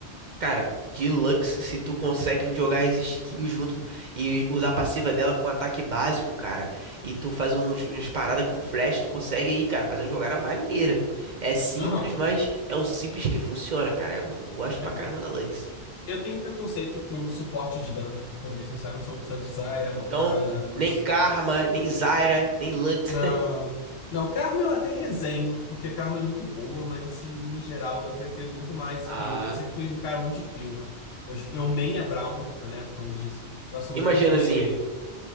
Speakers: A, on the right (about 50°); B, on the left (about 65°).
A: Cara, Deluxe, se tu consegue jogar as skills junto e usar a passiva dela com ataque básico, cara, e tu faz uns, umas paradas com flash, tu consegue aí, cara, fazer uma jogada maneira. É simples,
B: Aham.
A: mas é um simples que funciona, cara. É- eu gosto pra
B: É.
A: caramba da Lux.
B: Eu tenho preconceito com suporte de dano, sendo bem sincero, eu não sou muito fã de Zyra,
A: Então,
B: Morgana, Lux.
A: nem Karma, nem Zyra, nem Lux.
B: Não.
A: <laughs>
B: Não, Carmen eu até resenho, porque Carmen é muito boa, mas assim, em geral, eu prefiro muito mais
A: Ah,
B: Peel. Eu sempre fui um cara muito de Peel, né? Eu- meu main é Brown, né? Como eu disse. Eu gosto
A: imaginazinha.
B: muito de.